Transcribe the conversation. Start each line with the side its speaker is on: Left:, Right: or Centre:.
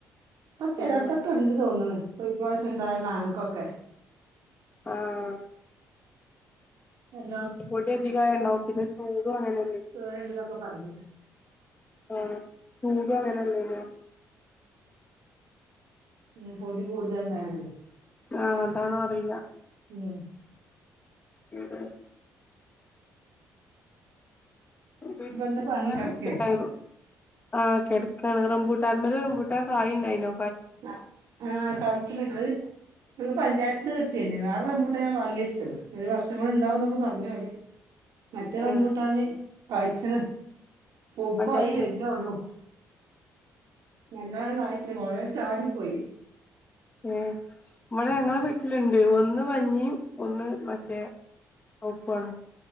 Right: അ ചിലടത്തൊക്കെ
Left: ആഹ്
Right: ഉണ്ട് തോന്നുന്നു ഇപ്രവശം എന്തായ മാങ്ങക്കൊക്കെ
Left: ആഹ്
Right: എല്ലാം
Left: പൊടി അധികയാ ഉണ്ടാവത്തില്ല ചൂടും അങ്ങന
Right: വേണ്ട തക്കെ പറഞ്ഞ
Left: ആഹ് ചൂടും അങ്ങനെല്ലേനോ
Right: ഉം പൊടി കൂടുതല ഉണ്ടായോണ്ടേ
Left: ആ അതാണോ അറിയില്ല
Right: ഉം
Left: എവിടെ <inaudible>
Right: ഇപ്പൊ എന്താ പണി കിടക്കേ
Left: ആ കിടക്കാണ് റംബൂട്ടാൻ മോൽ റംബൂട്ടാൻ കായ ഉണ്ടായിനോ.
Right: ആ ആ കഴിച്ചനി ഇങ്ങള് <unintelligible> പഞ്ചായ തെന്നെ കിട്ടിയ വേറെ റംമ്പോട്ടാൻ വാങ്ങിച്ച് ഒരു വർഷ കൂടെ ഉണ്ടാവുന്നൊക്കെ പറഞ്ഞ അവര് മറ്റേ റംമ്പൂട്ടാന്
Left: ഏഹ്
Right: പായിച്ചന്. പൂപ്പായി
Left: പഞ്ചായത്ത്ന്ന്
Right: വരുന്നെയുള്ളു. നല്ലനെ ആയിട്ടല്ല കോറെ ചാടിപ്പോയി
Left: ഏ നമ്മടെ ഞങ്ങളെ വീട്ടിലുണ്ട് ഒന്ന് മഞ്ഞയും, ഒന്ന് മറ്റേ ചെവപ്പാണ്.